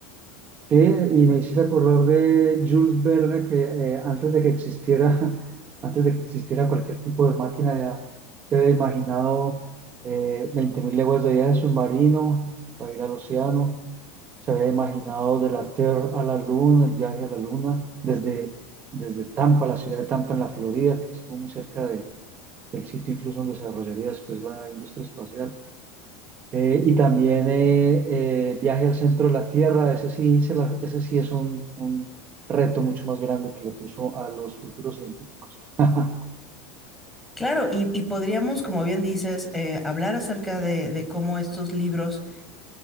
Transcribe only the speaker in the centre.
Claro, y, y podríamos, como bien dices, eh, hablar acerca de, de cómo estos libros